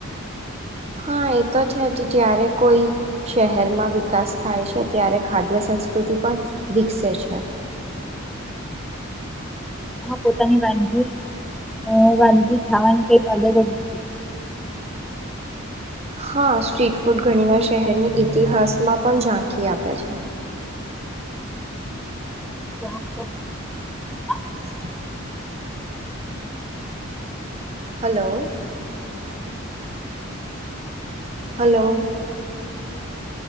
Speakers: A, on the right; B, in the centre.
A: હા એ તો છે જ. જયારે કોઈ શહેરમાં વિકાસ થાય છે ત્યારે ખાદ્ય સંસ્કૃતિ પણ વિકસે છે.
B: પોતાની વાનગી અહ વાનગી ખાવાની કઈક અલગ જ
A: હા સ્ટ્રીટ ફૂડ ઘણી વાર શહેરની ઈતિહાસમાં પણ ઝાંખી આપે છે.
B: <inaudible>
A: <inaudible> હલો. હલો.